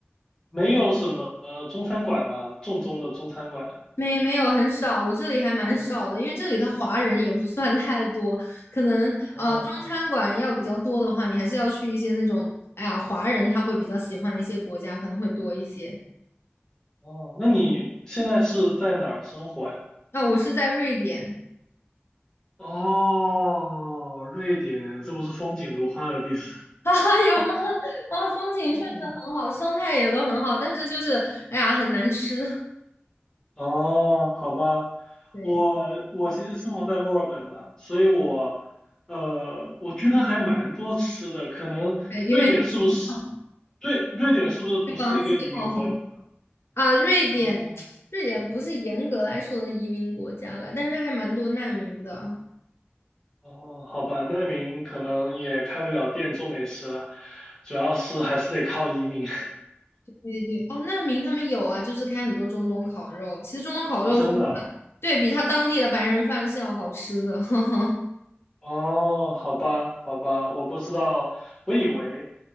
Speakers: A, on the left; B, on the left.
A: 没有什么呃中餐馆吗？正宗的中餐馆。
B: 没没有很少，我这里还蛮少的，因为这里的华人也不算太多，可能呃中餐馆要比较多的话，
A: 哦
B: 你还是要去一些那种，哎呀，华人他会比较喜欢的一些国家，可能会多一些。
A: 哦，那你现在是在哪儿生活呀？
B: 啊、我是在瑞典。
A: 哦，瑞典，这不是风景如画的地方？
B: <laughs> 哈哈有吗？啊，风景确实很好，
A: <laughs>
B: 生态也都很好，但是就是，哎呀，很难吃。<laughs>
A: 哦，好吧，
B: 对
A: 我我其实生活在墨尔本嘛，所以我呃，我觉得还蛮多吃的。可能瑞典是不是
B: 对，因为 <laughs>
A: 瑞瑞典是不是不是一个移民国？
B: 这地方气候很啊，瑞典，
A: 哦
B: 瑞典不是严格来说的移民国家吧，但是它还蛮多难民的。
A: 哦，好吧，难民可能也开不了店做美食了，主要是还是得靠移民
B: 对对，对，哦，难民他们有啊，就是开很多中东烤肉。其实中东烤肉是，
A: <laughs> 啊，真的。
B: 对，比他当地的白人饭是要好吃的。<laughs>
A: 哦，好吧，好吧，我不知道，我以为。